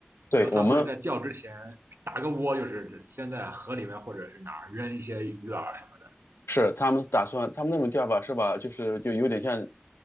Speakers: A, on the left; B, on the right.
A: 对我们
B: 然后他会在钓之前打个窝，就是先在河里面或者是哪儿扔一些鱼饵什么的。
A: 是他们打算，他们那种钓法是把就是就有点像